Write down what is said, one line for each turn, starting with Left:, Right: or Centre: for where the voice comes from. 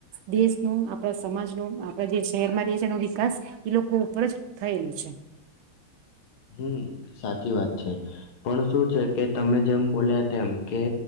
Right: દેશ ન આપણા સમાજ ન આપડા જે શહેરમાં રહીએ છી એનો વિકાસ એ લોકો ઉપર જ થયેલો છે
Left: હમ સાચી વાત છે પણ શું છે કે તમે જેમ બોલ્યા તેમ કે